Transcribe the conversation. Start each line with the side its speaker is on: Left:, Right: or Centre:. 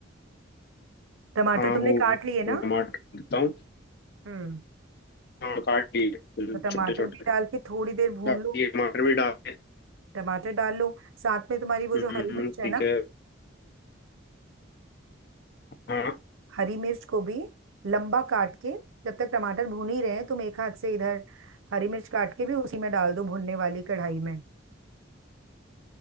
Right: टमाटर
Left: हाँ
Right: तुमने
Left: होगा
Right: काट लिए
Left: टमाटर
Right: ना
Left: डाल देता हूँ
Right: हम्म
Left: हाँ काट लिए
Right: तो टमाटर
Left: छोटे छोटे
Right: भी डाल के थोड़ी देर भून
Left: डाल दिए
Right: लो
Left: टमाटर भी डाल दिए
Right: टमाटर डाल लो साथ में तुम्हारी वो
Left: हम्म
Right: जो हरी
Left: हम्म,
Right: मिर्च है
Left: ठीक
Right: ना
Left: है हाँ
Right: हरी मिर्च को भी लंबा काट के जब तक टमाटर भून ही रहे हैं तुम एक हाथ से इधर हरी मिर्च काट के भी उसी में डाल दो भुनने वाली कढ़ाई में